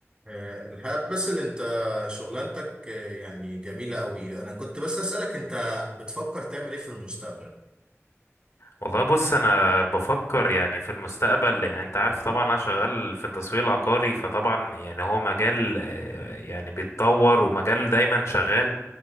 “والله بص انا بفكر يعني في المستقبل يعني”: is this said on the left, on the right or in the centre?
Left